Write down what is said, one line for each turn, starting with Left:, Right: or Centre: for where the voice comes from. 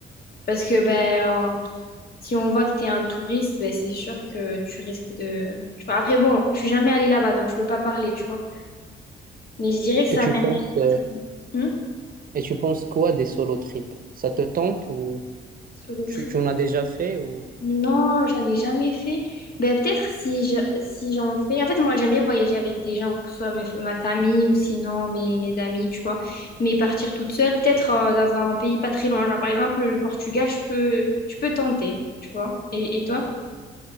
Left: Parce que ben, en- si on voit que tu es un touriste, ben, c'est sûr que tu risques de... Tu vois, après, bon, je suis jamais allée là-bas, donc je peux pas parler, tu vois. Mais je dirais que ça
Right: Et tu
Left: m'intéresse
Right: penses, euh,
Left: pas trop. Hmm
Right: et tu penses quoi des solo trips? Ça te tente ou
Left: Solo
Right: tu,
Left: trip.
Right: tu en as déjà fait ou
Left: Non, j'en ai jamais fait. Ben, peut-être si je, si j'en fais. En fait, moi, j'aime bien voyager avec des gens, que ce soit mes- ma famille ou sinon mes, mes amis, tu vois. Mais partir toute seule, peut-être euh, dans un pays pas très loin. Genre, par exemple, le Portugal, je peux, je peux tenter, tu vois. Et, et toi?